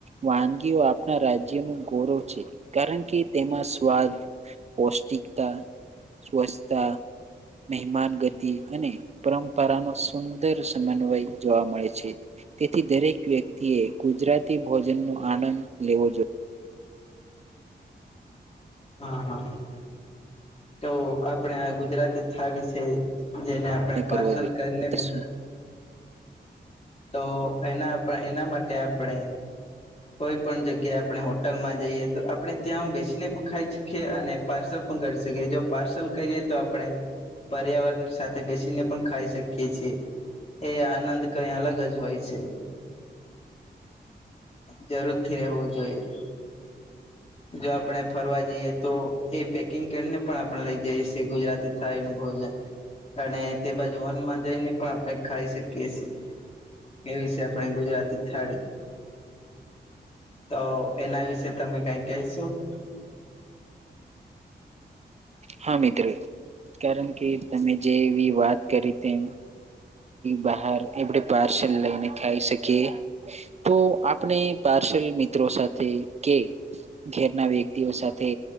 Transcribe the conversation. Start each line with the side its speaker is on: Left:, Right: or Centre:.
Right: વાનગીઓ આપણા રાજ્યનું ગૌરવ છે, કારણ કે તેમ મા સ્વાદ, પૌષ્ટિકતા, સ્વચ્છતા મહેમાન ગતિ અને પરંપરાનો સુંદર સમન્વય જોવા મળે છે. તેથી દરેક વ્યક્તિએ ગુજરાતી ભોજનનો આનંદ લેવો જો
Left: હા હા તો આપણે આ ગુજરાતી થાળ વિશે જેને આપણે
Right: કરવો
Left: પાર્સલ
Right: જોઈએ
Left: કરીને પણ
Right: શું
Left: તો એના એના માટે આપણે કોઈ પણ જગ્યા આપણે હોટલમાં જઈએ તો આપણે ત્યાં બેસીને પણ ખાઈ શકીએ અને પાર્સલ પણ કરી શકીએ જો પાર્સલ કરીએ તો આપણે પર્યાવરણની સાથે બેસીને પણ ખાઈ શકીએ છીએ. એ આનંદ કઈ અલગ જ હોય છે. જરૂરથી રહેવું જોઈએ. જો આપણે ફરવા જઈએ તો એ પેકિંગ કરીને પણ આપણે લઇ જાય ગુજરાતી થાળીનુ ભોજન અને તે બાજુ વનમાં જઈને પણ આપણે ખાઈ શકીએ છીએ એવી છે, આપણી ગુજરાતી થાળી તો એના વિશે તમે કઈ કહેશુ? <inaudible>
Right: હા મિત્રો, કારણ કે તમે જે એવી વાત કરી તેમ બહાર એડ પાર્સલ લઈને ખાઈ શકીએ તો આપણે પા સલ મિત્રો સાથે કે ઘરના વ્યક્તિઓ સાથે